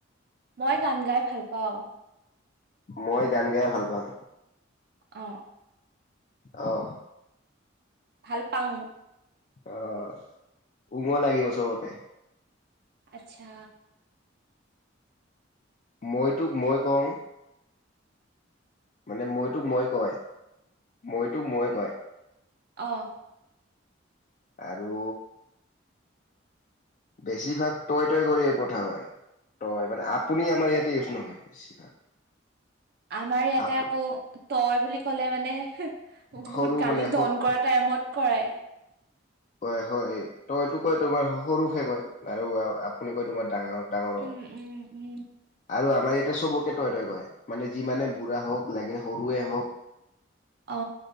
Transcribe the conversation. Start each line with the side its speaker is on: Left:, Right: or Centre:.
Right: মই গান গাই ভাল পাওঁ।
Left: মই গান গাই ভাল পাঙ।
Right: অ।
Left: অহ।
Right: ভাল পাং।
Left: আহ উমল লাগিব চবতে।
Right: আচ্ছা।
Left: মই তোক মই কওঁ। মানে মইতোক মই কয় মইতোক মই কয়।
Right: আহ।
Left: আৰু। বেছিভাগ তটয় তয় কৰি কোথা হয়। তই মানে আপুনি আমাৰ ইয়াতে ইউজ নহয় বেছিভাগ।
Right: আমাৰ ইয়াতে
Left: আপ
Right: আকৌ তই বুলি ক'লে মানে। মোক
Left: সৰু
Right: বহুত গালি
Left: মানে সৰু
Right: দন কৰা টাইমত কৰে।
Left: ক হয় তইতো কয় তোমাৰ সৰুহে কয় আৰু আপুনি কয় তোমাৰ ডাঙৰ। ডাঙৰক
Right: উম উম উম
Left: আৰু আমাৰ ইয়াতে চবকে। তই তই কয় মানে যি মমানে বুঢ়া হওক লাগিলে সৰুৱে হওক।
Right: অ